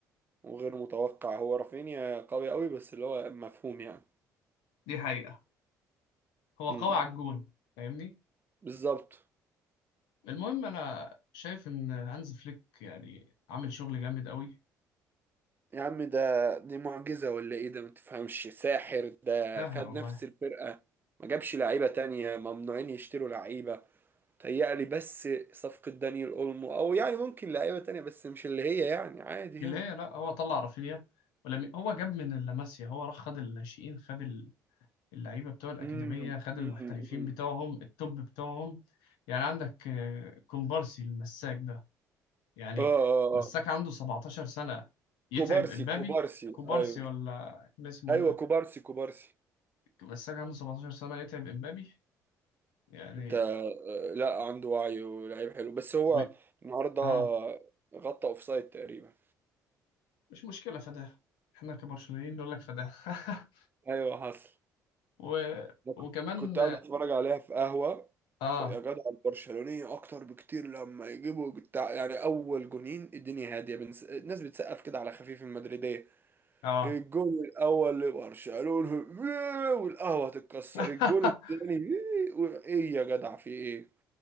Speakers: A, on the right; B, on the left.
A: وغير متوقع هو رافينيا قوي قوي بس اللي هو مفهوم يعني
B: دي حقيقة هو
A: امم
B: قوي على الجون فاهمني
A: بالظبط
B: المهم أنا شايف إن هانز فليك يعني عامل شغل جامد قوي
A: يا عم ده دي معجزة ولا ايه ده ما تفهمش ساحر ده
B: ساهر
A: خد
B: والله
A: نفس الفرقة ما جابش لعيبة تانية ممنوعين يشتروا لعيبة تهيألي بس صفقة دانيال اولمو او يعني ممكن لعيبة تانية بس مش اللي هي يعني عادي
B: في
A: يعني
B: اللي هي لا هو طلع رافينيا ولم هو جاب من اللاماسيا هو راح خد الناشئين خد اللعيبه بتوع الاكاديميه
A: امم
B: خد المحترفين
A: امم امم
B: بتوعهم التوب بتوعهم يعني عندك آه، كومبارسي المساك ده يعني
A: اه آه،
B: مساك
A: آه.
B: عنده 17 سنه يتعب
A: كوبارسي
B: امبابي
A: كوبارسي
B: كوبارسي
A: ايوه
B: ولا كان اسمه
A: ايوه
B: ايه ده
A: كوبارسي كوبارسي
B: مساك عنده 17 سنه يتعب امبابي يعني
A: ده آه، لا عنده وعي ولعيب حلو بس هو
B: و...
A: النهارده
B: اه
A: غطى اوفسايد تقريبا
B: مش مشكله فداه احنا كبرشلونيين نقول لك فداه <laughs>
A: ايوه حصل
B: و...
A: أنا
B: وكمان
A: كنت قاعد اتفرج عليها في قهوه
B: اه
A: يا جدع البرشلونيه اكتر بكتير لما يجيبوا بتاع يعني اول جونين الدنيا هاديه بنس... الناس بتسقف كده على خفيف المدريديه
B: اه
A: الجون الاول لبرشلونه <laughs> والقهوه هتتكسر
B: <laughs>
A: الجون الثاني <laughs> ايه يا جدع في ايه